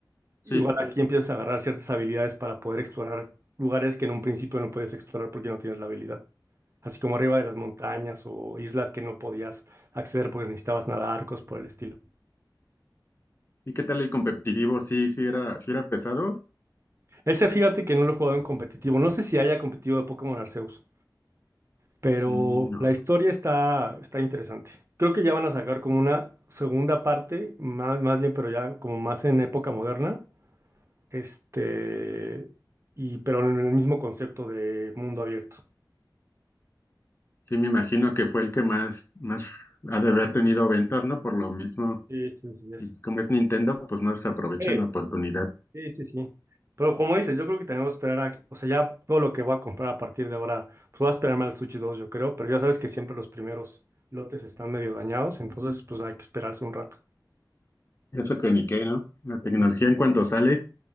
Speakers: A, on the left; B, on the right.
A: sí.
B: Igual Sí. aquí empiezas a agarrar ciertas habilidades para poder explorar lugares que en un principio no puedes explorar porque no tienes la habilidad así como arriba de las montañas o islas que no podías acceder porque necesitabas nadar, cosas por el estilo.
A: ¿Y qué tal el competitivo? Sí, sí era, sí era pesado.
B: Ese fíjate que no lo he jugado en competitivo, no sé si haya competitivo de Pokémon Arceus, pero
A: Mm, no.
B: la historia está, está interesante. Creo que ya van a sacar como una segunda parte, más, más bien, pero ya como más en época moderna, este, y pero en el mismo concepto de mundo abierto.
A: Sí, me imagino que fue el que más, más ha de haber tenido ventas, ¿no? Por lo mismo,
B: Sí, sí, sí, ya
A: y como es Nintendo, pues no desaprovechan
B: sé.
A: la oportunidad.
B: Sí, sí, sí. Pero como dices, yo creo que tenemos que esperar a, o sea, ya todo lo que voy a comprar a partir de ahora, pues voy a esperarme al Sushi 2 yo creo, pero ya sabes que siempre los primeros lotes están medio dañados, entonces pues hay que esperarse un rato.
A: Eso que ni qué, ¿no? La tecnología
B: Pero-
A: en cuanto sale,